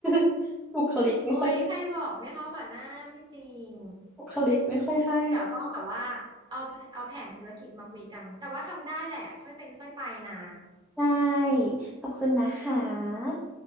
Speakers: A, in the centre; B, on the right.
A: <laughs> บุคลิกไม่ค่อย
B: โอ้ยใครบอกไม่เข้ากับหน้าไม่จริง
A: บุคลิกไม่ค่อยให้
B: เดี๋ยวต้องแบบว่าเอาเอาแผนธุรกิจมาคุยกันแต่ว่าทำได้แหละค่อยเป็นค่อยไปนะ
A: ใช่ ขอบคุณนะคะ